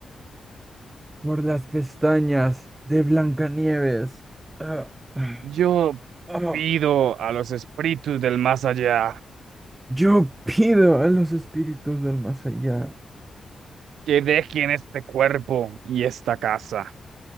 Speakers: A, on the right; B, on the right.
A: por las pestañas de Blancanieves. Ah, ah,
B: Yo
A: ah.
B: pido a los espíritus del más allá
A: Yo pido a los espíritus del más allá
B: que dejen este cuerpo y esta casa.